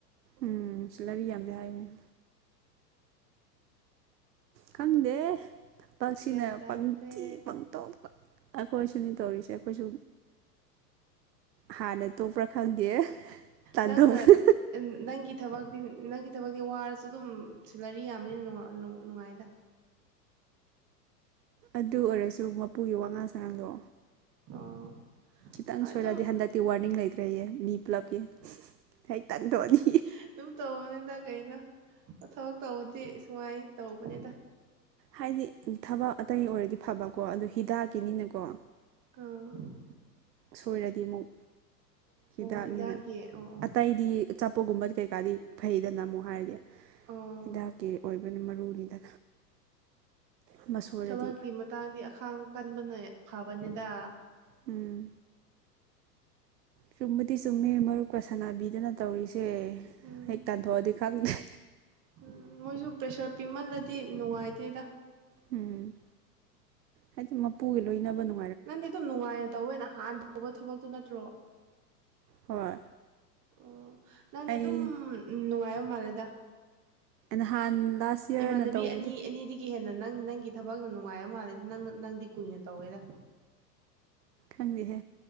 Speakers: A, on the right; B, on the right.
A: ꯎꯝ ꯁꯤꯜꯂꯔꯤ ꯌꯥꯝꯗꯦ ꯍꯥꯏꯅꯦ ꯀꯪꯗꯦ ꯊꯇꯛꯁꯤꯅ
B: ꯒ꯭ꯌꯥꯟ ꯇꯥꯗ꯭ꯔꯦ
A: ꯄꯪꯊꯤ ꯄꯪꯇꯣꯛꯄ ꯑꯩꯈꯣꯏꯁꯨꯅꯤ ꯇꯧꯔꯤꯁꯦ ꯑꯩꯈꯣꯏꯁꯨ ꯍꯥꯟꯅ ꯇꯣꯛꯄ꯭ꯔꯥ ꯈꯪꯗꯦ ꯇꯥꯟꯊꯣꯛꯄ
B: ꯅꯪꯅ ꯅꯪ ꯊꯕꯛꯇꯤ ꯅꯪꯒꯤ ꯊꯕꯛꯇꯤ ꯋꯥꯔꯁꯨ ꯑꯗꯨꯝ ꯁꯤꯂꯔꯤ ꯌꯥꯝꯕꯅꯤꯅ ꯅꯨꯡꯉꯥꯏꯗ
A: ꯑꯗꯨ ꯑꯣꯏꯔꯁꯨ ꯃꯄꯨꯒꯤ ꯋꯥꯉꯥꯡ ꯁꯥꯉꯥꯡꯗꯣ
B: ꯑꯣ
A: ꯈꯤꯇꯪ
B: ꯍꯣꯏ
A: ꯁꯣꯏꯂꯗꯤ
B: ꯑꯗꯨꯝ
A: ꯍꯟꯗꯛꯇꯤ ꯋꯥꯔꯅꯤꯡ ꯂꯩꯇꯦ ꯇ꯭ꯔꯦ ꯃꯤ ꯄꯨꯂꯞꯀꯤ ꯍꯦꯛ ꯇꯟꯊꯣꯛꯑꯅꯤ
B: ꯑꯗꯨꯝ ꯇꯧꯑꯣꯅꯦꯗ ꯀꯩꯅꯣ ꯊꯕꯛ ꯇꯧꯕꯗꯤ ꯁꯨꯃꯥꯏꯅ ꯇꯧꯕꯅꯤꯗ
A: ꯍꯥꯏꯗꯤ ꯊꯕꯛ ꯑꯇꯩ ꯑꯣꯏꯔꯗꯤ ꯐꯕꯀꯣ ꯑꯗꯨ ꯍꯤꯗꯥꯛꯀꯤꯅꯤꯅꯀꯣ
B: ꯇꯣ
A: ꯁꯣꯏꯔꯗꯤ ꯑꯃꯨꯛ ꯍꯤꯗꯥꯛꯅꯤꯅ
B: ꯍꯤꯗꯥꯛꯀꯤ ꯑꯣ ꯑꯣ
A: ꯑꯇꯩꯗꯤ ꯄꯣꯒꯨꯝꯕꯗꯤ ꯀꯩꯀꯥꯗꯤ ꯐꯩꯗꯅ ꯑꯃꯨ ꯍꯥꯏꯔꯗꯤ
B: ꯑꯣ
A: ꯍꯤꯗꯥꯛꯀꯤ ꯑꯣꯏꯕ ꯑꯣꯏꯅ ꯃꯔꯨꯅꯤꯗꯅ ꯑꯃ ꯁꯣꯏꯔꯗꯤ
B: ꯊꯕꯛꯀꯤ ꯃꯇꯥꯡꯗꯤ ꯑꯈꯥꯡ ꯀꯟꯕꯅ ꯐꯕꯅꯤꯗ
A: ꯎꯝ ꯆꯨꯝꯕꯗꯤ ꯆꯨꯝꯃꯦ ꯃꯔꯨꯞꯀ ꯁꯥꯟꯅꯥꯕꯤꯗꯅ ꯇꯧꯔꯤꯁꯦ
B: ꯎꯝ
A: ꯍ‌ꯦꯛꯇꯥꯟ ꯊ‌ꯣꯛ ꯑꯗꯤ ꯈꯪꯗ‌ꯦ
B: ꯎꯝ ꯃꯣꯏꯁꯨ ꯄ꯭ꯔꯦꯁ꯭ꯔ ꯄꯤꯃꯜ ꯂꯩ ꯗꯤ ꯅꯨꯡꯉꯥꯏꯇꯦꯗ
A: ꯎꯝ ꯍꯥꯏꯗꯤ ꯃꯄꯨꯒ ꯂꯣꯏꯅꯕꯅ
B: ꯅꯪꯗꯤ ꯑꯗꯨꯝ ꯅꯨꯡꯉꯥꯏ ꯅꯍꯥꯟꯗ ꯇꯧꯕ ꯊꯕꯛꯇꯨ ꯅꯠꯇ꯭ꯔꯣ
A: ꯍꯣꯏ
B: ꯑ ꯅꯪꯗꯤ
A: ꯑꯩ
B: ꯑꯗꯨꯝ ꯅꯨꯡꯉꯥꯏ ꯃꯥꯜꯂ‌ꯦꯗ
A: ꯅꯍꯥꯟ ꯂꯥꯁ ꯌꯔꯅ
B: ꯏꯃꯥꯟꯅꯕꯤ
A: ꯇꯧꯕꯗꯣ
B: ꯑꯅꯤ ꯑꯅꯤꯗꯒꯤ ꯍꯦꯟꯅ ꯅꯪ ꯅꯪꯒꯤ ꯊꯕꯛꯅ ꯅꯨꯡꯉꯥꯏꯕ ꯃꯥꯜꯂꯦ ꯅꯪ ꯅꯪꯗꯤ ꯀꯨꯏꯅ ꯇꯧꯋꯦꯗ
A: ꯈꯪꯗ‌ꯦꯍꯦ